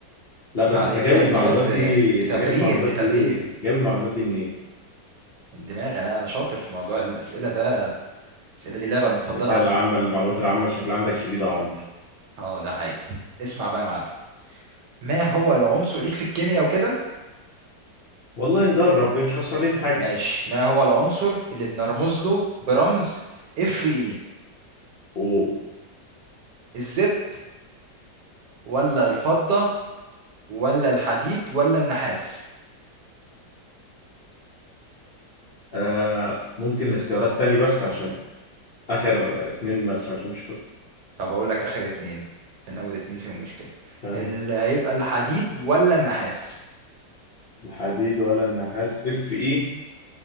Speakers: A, on the left (about 55°); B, on the right (about 75°).
A: لا بس
B: عيب عليك
A: أنت جايب
B: لا
A: المعلومات
B: إجابات ب...
A: دي
B: بتبرير
A: أنت جايب المعلومات
B: بتبرير
A: دي جايب المعلومات دي منين؟
B: من دماغي أنا أنا شاطر في موضوع الأسئلة ده الأسئلة دي اللعبة المفضلة
A: الرسائل
B: عندي
A: العامة المعلومات العامة شكلها عندك شديد يا عمر
B: أه ده حقيقي اسمع بقى يا معلم ما هو العنصر ليك في الكيمياء وكده؟
A: والله نجرب مش خسرانين حاجة
B: ماشي ما هو العنصر اللي بنرمز له برمز اف اي
A: و
B: الزب ولا الفضة ولا الحديد ولا النحاس؟
A: آه، ممكن اختيارات تاني بس عشان آخر اتنين ما سمعتهمش كده
B: طب أقول لك آخر اتنين من أول اتنين فيهم مشكلة
A: تمام
B: اللي هيبقى الحديد ولا النحاس
A: الحديد ولا النحاس اف ايه